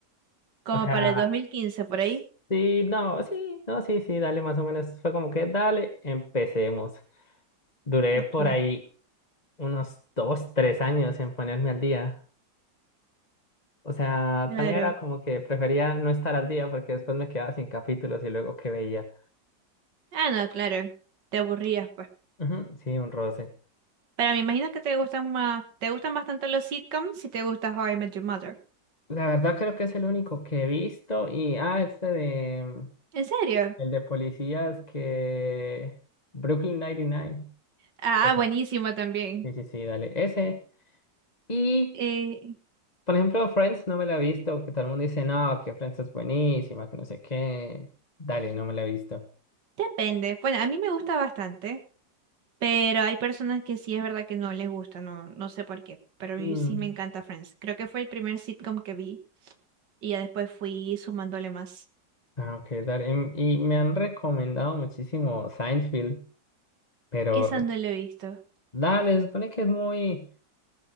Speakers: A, on the right; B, on the left.
A: Como
B: O sea,
A: para el dos mil quince por ahí.
B: sí, no, sí, no, sí, sí, dale, más o menos. Fue como que, dale, empecemos. Duré
A: Ok,
B: por ahí unos dos, tres años en ponerme al día. O sea,
A: claro.
B: también era como que prefería no estar al día porque después me quedaba sin capítulos y luego qué veía.
A: Ah, no, claro. Te aburrías, pues.
B: Ujú, sí, un roce.
A: Pero me imagino que te gustan más, te gustan bastante los sitcoms si te gusta How I Met Your Mother.
B: La verdad creo que es el único que he visto. Y, ah, este de...
A: ¿En serio?
B: El de policías que... Brooklyn 99.
A: Ah,
B: Ujú.
A: buenísimo también.
B: Sí, sí, sí, dale. Ese. Y,
A: Eh,
B: por ejemplo, Friends no me la he visto, que todo el mundo dice, no, que Friends es buenísima, que no sé qué. Dale, no me la he visto.
A: depende. Bueno, a mí me gusta bastante, pero hay personas que sí es verdad que no les gusta, no, no sé por qué, pero a mí
B: Mm.
A: sí me encanta Friends. Creo que fue el primer sitcom que vi y ya después fui sumándole más.
B: Ah, ok, dale. Em, Y me han recomendado muchísimo Seinfeld, pero
A: Esa no la he visto.
B: dale, se supone que es muy...